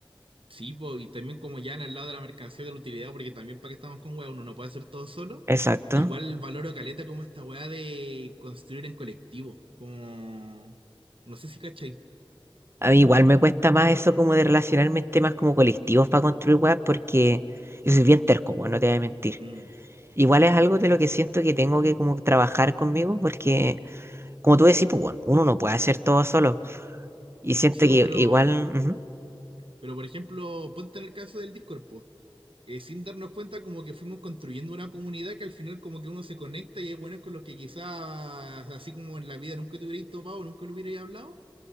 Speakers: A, on the right; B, on the right.
A: Sí, po, y también como ya en el lado de la mercancía de la utilidad, porque también para qué estamos con weá, uno no puede hacer todo solo.
B: Exacto.
A: Igual valoro caleta como esta weá de construir en colectivo, como... No sé si cachai.
B: A mí igual me cuesta más eso como de relacionarme en temas como colectivos para construir weas porque yo soy bien terco, weón, no te voy a mentir.
A: Mm.
B: Igual es algo de lo que siento que tengo que como trabajar conmigo porque, como tú decís, pues, weón, uno no puede hacer todo solo. Y siento
A: Sí,
B: que
A: vos, pero,
B: igual... ujú.
A: pero por ejemplo, ponte en el caso del Discord, po. Eh, sin darnos cuenta como que fuimos construyendo una comunidad que al final como que uno se conecta y hay buenos con los que quizás así como en la vida nunca te hubierais topado, nunca lo hubierais hablado.